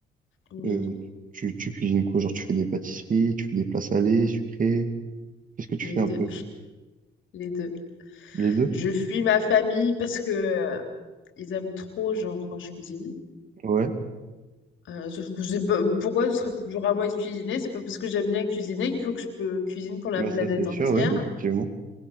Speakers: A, on the left (about 75°); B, on the right (about 40°).
A: Oui,
B: Euh, tu, tu cuisines quoi? Genre, tu fais des pâtisseries, tu fais des plats salés, sucrés. Qu'est-ce que tu
A: les
B: fais un
A: deux.
B: peu?
A: Les deux.
B: Les deux?
A: Je fuis ma famille parce que euh, ils aiment trop, genre, quand je cuisine.
B: Ouais.
A: Euh, sauf que j'ai pas... pourquoi ce serait toujours à moi de cuisiner? C'est pas parce que j'aime bien cuisiner qu'il faut que je peux cuisine pour la
B: Bah,
A: planète
B: ça, c'est sûr,
A: entière.
B: oui, effectivement.